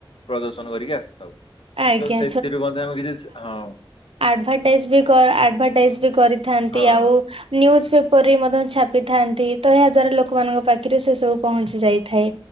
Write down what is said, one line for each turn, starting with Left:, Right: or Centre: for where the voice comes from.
Left: ପ୍ରଦର୍ଶନ କରିକି ଆସିଥାଉ।
Right: ଆଜ୍ଞା
Left: ତ ସେଥିରୁ ମଧ୍ୟ ଆମେ କିଛି ହଁ
Right: ଆଡଭଟାଇଜ ବି ଆଡଭଟାଇଜ ବି କରିଥାନ୍ତି
Left: ହଁ
Right: ଆଉ ନ୍ୟୁଜ୍ ପେପର ମଧ୍ୟ ଛାପିଥାନ୍ତି ତ ଏହା ଦଵାରା ଲୋକମାନଙ୍କ ପାଖରେ ସେ ସବୁ ପହଞ୍ଚି ଯାଇଥାଏ